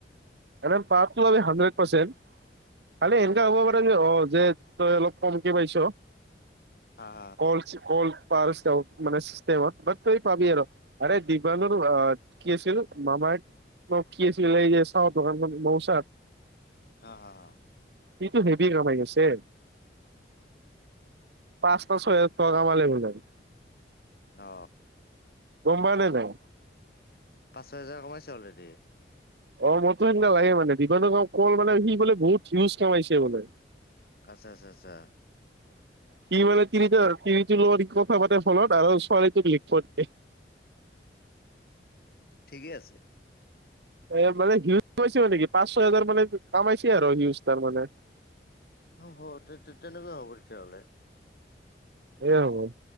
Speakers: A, on the right (about 75°); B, on the left (about 55°).
A: এ পাতো হাড্ৰেড পাৰ্চেণ্ট খালি এনেকা
B: তাকে।
A: হ'ব পাৰে যে অ যে। তই অলপ কমকে পাইছ
B: হা হা
A: কল কল। প মানেত তুই পাবি আৰু আৰে দিবানুৰ আহ কি আছিল মামাই। ম কি চ লৈ যাই চাও ত ম বচ।
B: হা হা হা।
A: সটো হেভি কমাই গৈছে। পাঁচটা ছয়, হাজাৰ টকা মালেব যাব।
B: অ।
A: গম পাওনে নাই।
B: পাঁচ ছয় হোজাৰ কমাইছে অলৰেডি।
A: অ মোৰো সেইদিনা লাগে মানে দিবা গা কল মানে সি বোলে বহুত সিউজ কামাইছে বোলে।
B: আচ্ছা আচ্চছা আচ্ছা।
A: কি মানে তিনি ধতি। কথা পাতিৰ ফলত আৰু ছোৱালীটোক লিখিব দিয়ে।
B: ঠিকেই আছে।
A: এ মানে সিউজ কমাই নেকি পাঁচ ছ হোজাৰ মানে কমাইছে আৰু সিউজ তাৰ মানে। <unintelligible>
B: তে তেনেকুৱা হ'ব তেতিয়াহ'লে।
A: এ হব।